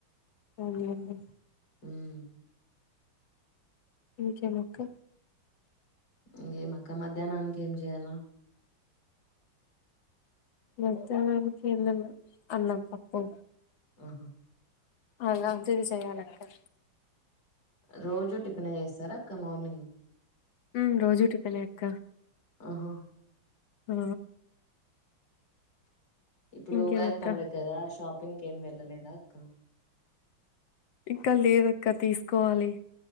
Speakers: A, on the left (about 75°); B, on the left (about 60°).
A: అవునండి
B: హ్మ్
A: ఇంకేం అక్క
B: ఇంగేం అక్క మధ్యాహ్నానికి ఏం చేయాలా
A: మథ్యాన్నానికి ఏం అన్నం పప్పు
B: ఆహా
A: అలా అంతది చేయాలక్కే
B: రోజు టిఫినే చేస్తారాక్క మార్నింగ్
A: హ్మ్ రోజూ టిఫినే అక్క
B: ఆహా
A: ఆ
B: ఇప్పుడు
A: ఇంకేమక్క
B: ఉగాది పండగ కదా షాప్ ప్పింగ్ ఏం వెళ్ళలేదా అక్క
A: ఇక్కడ్ లేదక్కా తీసుకోవాలి